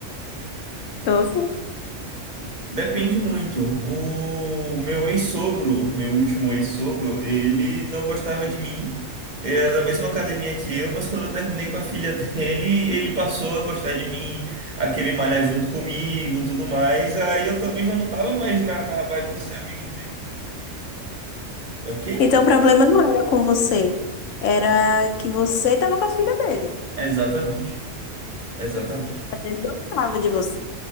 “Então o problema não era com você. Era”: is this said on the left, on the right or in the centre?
Left